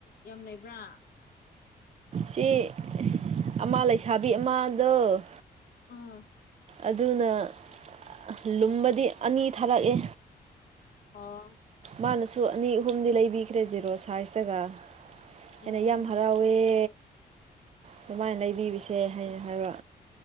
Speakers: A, on the left; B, on the right.
A: ꯌꯥꯝ ꯂꯩꯕ꯭ꯔꯥ
B: ꯁꯤ ꯑꯃꯥ ꯂꯩꯁꯥꯕꯤ ꯑꯃꯗꯣ
A: ꯑꯥ
B: ꯑꯗꯨꯅ ꯑ ꯂꯨꯝꯕꯗꯤ ꯑꯅꯤ ꯊꯥꯔꯛꯑꯦ
A: ꯑꯣ
B: ꯃꯥꯅꯁꯨ ꯑꯅꯤ ꯑꯍꯨꯝꯗꯤ ꯂꯩꯕꯤꯈ꯭ꯔꯦ ꯖꯦꯔꯣ ꯁꯥꯏꯖꯇꯒ ꯑꯩꯅ
A: ꯑꯥ
B: ꯌꯥꯝ ꯍꯔꯥꯎꯌꯦ ꯑꯗꯨꯃꯥꯏꯅ ꯂꯩꯕꯤꯔꯤꯁꯦ ꯍꯥꯏꯅ ꯍꯥꯏꯕ